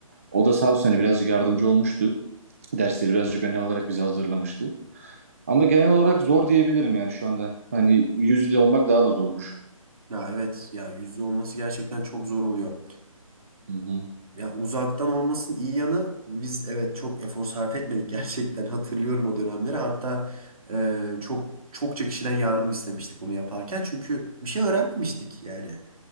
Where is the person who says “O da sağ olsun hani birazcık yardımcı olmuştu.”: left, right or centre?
Right